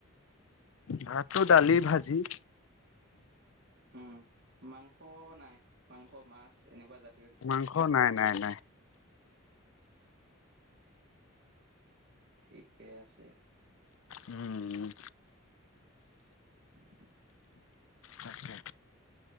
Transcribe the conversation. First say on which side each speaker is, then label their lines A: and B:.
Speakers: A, on the left; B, on the right.
A: ভাতো দালি ভাজি
B: উম মাংস নাই মাংস মাছ এনেকুৱা জাত।
A: মাংস নাই নাই নাই
B: ঠিকে আছে
A: উম
B: <unintelligible>
A: তাকে,